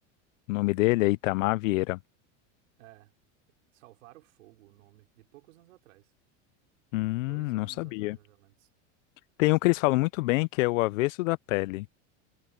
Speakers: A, on the left; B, on the right.
A: O nome dele é Itamar Vieira.
B: É, Salvar o Fogo, o nome, de poucos anos atrás.
A: Hum,
B: Dois anos
A: não sabia.
B: atrás, mais ou menos.
A: Tem um que eles falam muito bem, que é o avesso da pele.